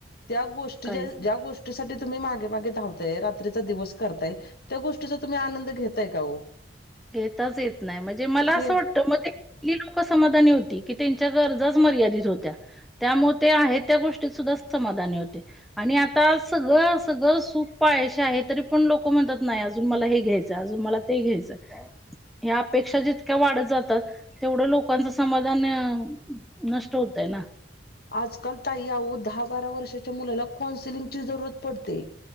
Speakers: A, on the left; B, in the centre.
A: ज्या गोष्टीच्या
B: काहीच नाही.
A: ज्या गोष्टीसाठी तुम्ही मागे मागे धावताय रात्रीचा दिवस करताय त्या गोष्टीचा तुम्ही आनंद घेताय का ओ.
B: घेताच येत नाय म्हणजे मला
A: घे
B: असं वाटतं म ते ती लोक समाधानी होती, की त्यांच्या गरजाच मर्यादित होत्या. त्यामुळ ते आहेत त्या गोष्टीत सुद्धा समाधानी होते. आणि आता सगळं सगळं सूख पायाशी आहे तरी पण लोक म्हणतात नाही अजून मला हे घ्यायचं अजून मला ते घ्यायचंय हाय ह्या अपेक्षा जितक्या वाढत जातात तेवढ्या लोकांचं समाधान नष्ट होतंय ना,
A: आजकाल ताई आवो दहा-बारा वर्षाच्या मुलाला कौन्सिलिंगची जरूरत पडते,